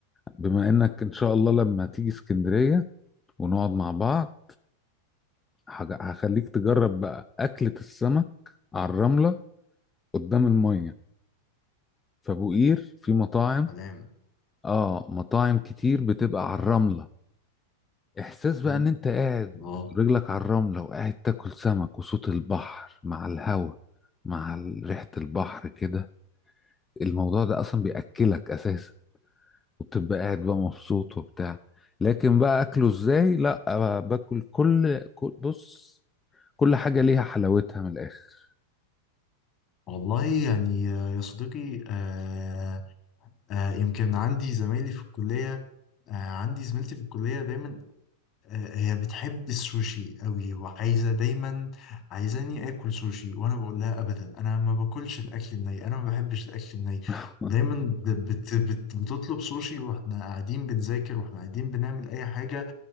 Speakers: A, on the left (about 15°); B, on the left (about 35°).
A: بما انك ان شاء الله لما تيجي اسكندريه ونقعد مع بعض هج- هخليك تجرب بقى اكله السمك على الرمله قدام الميه في ابو قير في مطاعم
B: سلام
A: اه مطاعم كتير بتبقى على الرمله احساس بقى
B: مم.
A: ان انت قاعد
B: الله
A: رجلك على الرملة وقاعد تاكل سمك وصوت البحر مع الهوا مع ال- ريحة البحر كده الموضوع ده اصلا بيأكلك اساسا وبتبقى قاعد بقى مبسوط وبتاع لكن بقى اكله ازاي لا بقى باكل كل كل- بص كل حاجة ليها حلاوتها من الاخر
B: والله يعني آه، يا صديقي آه آه، يمكن عندي زمايلي في الكلية آه، عندي زميلتي في الكلية دايما آه، هي بتحب السوشي قوي وعايزة دايما عايزاني آكل سوشي وأنا بقول لها أبدا أنا ما باكلش الأكل الني أنا ما بحبش الأكل الني
A: <laughs>
B: ودايما ب- بت بت بتطلب سوشي وإحنا قاعدين بنذاكر وإحنا قاعدين بنعمل أي حاجة